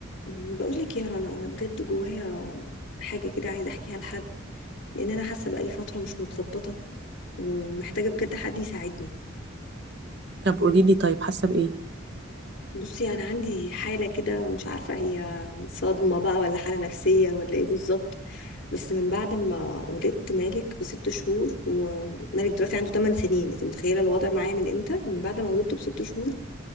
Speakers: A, on the left; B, on the right.
A: مم، بقول لك يا رنا انا بجد جوايا حاجه كده عايزه احكيها لحد لان انا حاسه بقالي فتره مش متظبطه ومحتاجه بجد حد يساعدني
B: طب قولي لي طيب حاسه بايه
A: بصي انا عندي حاله كده مش عارفه هي صدمه بقى ولا حاله نفسيه ولا ايه بالظبط بس من بعد ما ولدت مالك بست شهور ومالك دلوقتي عنده 8 سنين انت متخيله الوضع معايا من امتى من بعد ما ولدته بست شهور